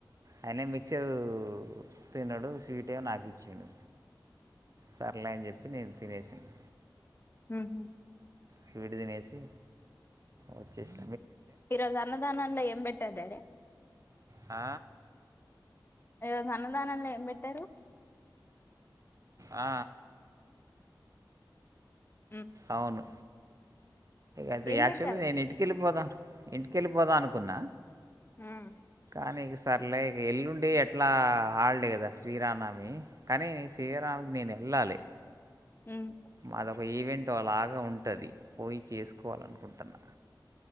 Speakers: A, on the right; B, on the left.
A: అయనే మిక్చర్ తిన డు స్వీట్ ఏ నాకు ఇచ్చిడు సర్లే అని చెప్పి నేను తినేసాను
B: ఆహ
A: స్వీట్ తినేసి వచ్చేసి
B: ఈరోజు అన్నదానంలో ఏంబెట్టర్ డాడే
A: ఆ
B: ఈ రోజు అన్నదానంలో ఏం పెట్టారు
A: ఆ
B: మ్మ్
A: అవును ఇది
B: ఏం
A: యాక్చువల్
B: పెట్టారు
A: నేను ఇంటికెళ్ళిపోదా ఇంటికెళ్ళిపోదాం అనుకున్నా
B: ఉమ్
A: అనే సార్ లైక్ ఎల్లుండి ఎట్లా హల్డే కదా శ్రీరామనవమి కాని శ్రీరామికి నేను ఎల్లా లీ
B: ఉమ్
A: మాదొక ఈవెంట్లాగా ఉంటది పోయి చేసుకోవాలనుకుంటన్నా